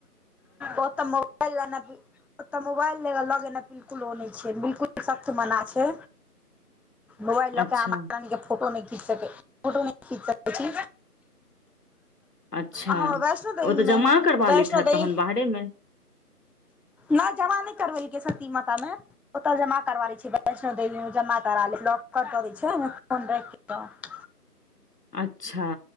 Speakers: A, in the centre; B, on the left.
A: ओ तऽ मोबाइल <unintelligible> ओतऽ मोबाइल लगेनाइ बिल्कुल ओ नहि छै बिल्कुले सख्त मना छै मोबाइल लऽ
B: अच्छा
A: अहाँ मातारानीके फोटो नहि खींच सकै छी फोटो नै खींच आब छी
B: अच्छा
A: अहाँ वैष्णो देवीमे
B: ओ तऽ जमा करबा
A: वैष्णो
B: लैत
A: देवी
B: <unintelligible>
A: नै जमा नैऽ करवैलकै सती मातामे ओतऽ जमा करवा लै छै वैष्णोदेवी जमा करा लेत लॉक दऽ दै छै फोन राखि कऽ
B: अच्छा